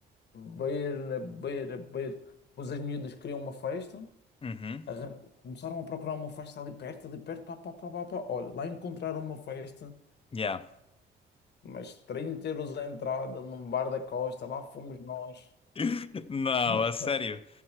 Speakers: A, on the left (about 60°); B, on the left (about 30°).
A: a beber, a beber, a beber. Depois as miúdas queriam uma festa.
B: Uhum.
A: Arran- Começaram a procurar uma festa ali perto, ali perto, pá, pá, pá, pá, pá. Olha, lá encontraram uma festa,
B: Yeah.
A: mas 30 euros a entrada num bar da Costa, lá fomos nós. <laughs>
B: <laughs> Não,
A: Ah,
B: a
A: pá,
B: sério.